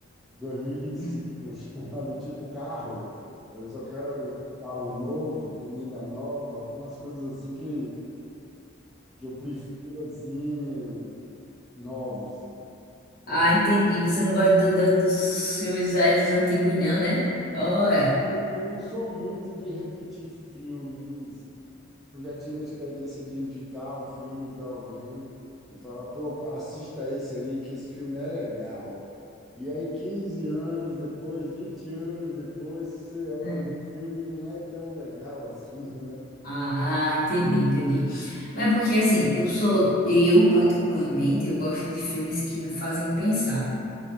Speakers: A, in the centre; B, on the left (about 45°).
A: 2025,
B: não?
A: <laughs> sabe? Tipo carro. Eu só quero carro novo, comida nova, tem umas coisas assim que, que eu prefiro, assim, novos. E
B: Ah, entendi, você não gosta do- da- dos filmes velhos dos antigos não, né? Olha.
A: Eu, eu não sou muito de repetir filmes, Eu já tive a experiência de indicar um filme para alguém e falar, pô, assista esse aí, que esse filme é legal. E aí, 15 anos depois, 20 anos depois, você ó,
B: é.
A: vê o filme e não é tão legal <laughs> assim, né?
B: Ah, ah, entendi, entendi. Mas porque assim, eu sou, eu particularmente, eu gosto de filmes que me fazem pensar.